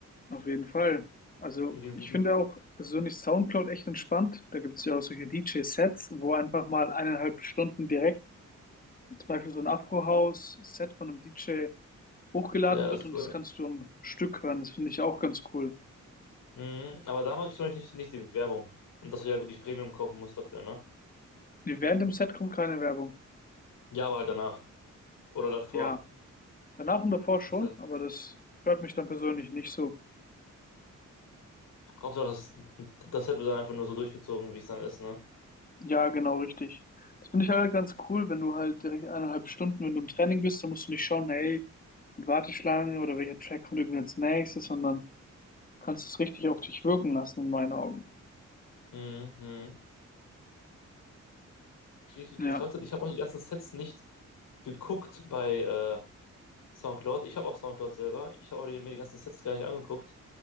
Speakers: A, on the left; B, on the left.
A: Auf jeden Fall. Also
B: Wie,
A: ich
B: wie,
A: finde auch persönlich SoundCloud echt entspannt. Da gibt es ja auch solche DJ-Sets, wo einfach mal eineinhalb Stunden direkt zum Beispiel so ein Afro-House-Set von einem DJ hochgeladen
B: ja, das
A: wird
B: ist
A: und
B: cool.
A: das kannst du am Stück hören. Das finde ich auch ganz cool.
B: Mhm, aber da mag ich zum Beispiel nicht, nicht die Werbung. Und dass du dir halt wirklich Premium kaufen musst dafür, ne?
A: Nee, während dem Set kommt keine Werbung.
B: Ja, aber halt danach. Oder davor.
A: Ja, danach und davor
B: Das
A: schon,
B: heißt,
A: aber das stört mich dann persönlich nicht so.
B: Hauptsache, das, das hätte dann einfach nur so durchgezogen, wie es dann ist, ne?
A: Ja, genau richtig. Das finde ich halt ganz cool, wenn du halt direkt eineinhalb Stunden, wenn du im Training bist, dann musst du nicht schauen, hey, Warteschlange oder welcher Track kommt irgendwie als nächstes, sondern Kannst es richtig auf dich wirken lassen, in meinen Augen.
B: Mhm, mhm. Richtig
A: Ja.
B: betrachtet. Ich habe auch die ganzen Sets nicht geguckt bei äh, SoundCloud. Ich habe auch SoundCloud selber. Ich habe auch die, mir die ganzen Sets gar nicht angeguckt.